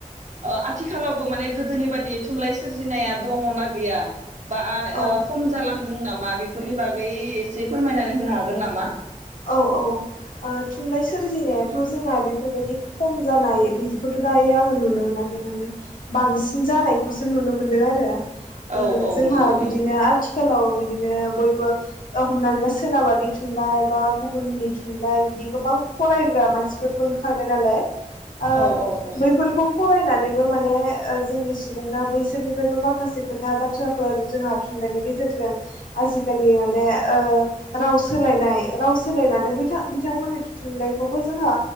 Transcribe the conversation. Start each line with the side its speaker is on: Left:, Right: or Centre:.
Right: ओ आथिखालावबो माने गोदोनि बायदि थुनलाइ सोरजिनाया दङना गैया? बा
Left: औ
Right: ओ खम जालांदों नामा? बेफोरनि बागै एसे फोरमायनानै होनो हागोन नामा?
Left: औ औ ओ थुनलाइ सोरजिनायाथ' जोंना बेफोरबायदि खम जानाय बिदिखौथ' दायो आङो नुनो मोनाखै माने बांसिन जानायखौसो नुनो मोनदों आरो। ओ
Right: औ औ
Left: जोंहा
Right: नंगौ
Left: बिदिनो आथि खालाव बिदिनो बयबो ओ हमनानै ला सोनाबारि थुनलाइ बा गुबुननि थुनलाइ बिदि गोबां फरायग्रा मानसिफोरबो ओंखारबाय नालाय ओ
Right: औ औ औ
Left: बैफोरखौ फरायनानैबो माने ओ जोंनि सुबुंफ्रा बैसोरनिफ्रायबो माखासे खोथा बाथ्राफोर जोंहा थुनलाइनि गेजेरजों आजिखालि माने ओ राव सोलायनाय राव सोलायनानैै बिथा-बिथांमोननि थुनलाइखौबो जोंहा